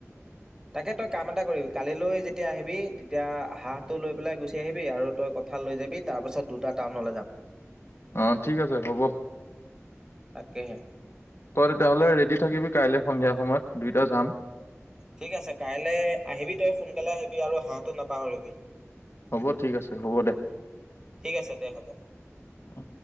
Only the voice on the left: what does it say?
অ ঠিক আছে হ'ব।
তই তেতিয়াহ'লে ৰেডি থাকিবি কাইলে সন্ধিয়া সময়ত দুইটা যাম।
হ'ব ঠিক আছে হ'ব দে
অ।